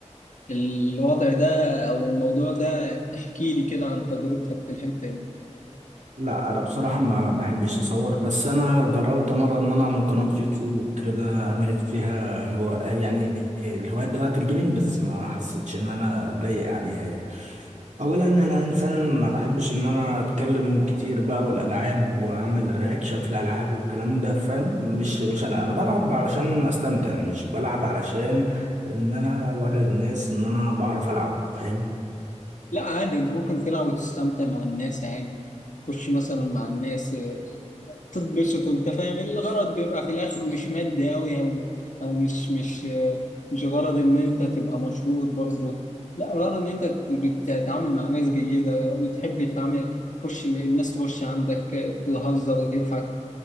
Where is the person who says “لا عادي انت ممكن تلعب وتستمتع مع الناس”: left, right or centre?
Left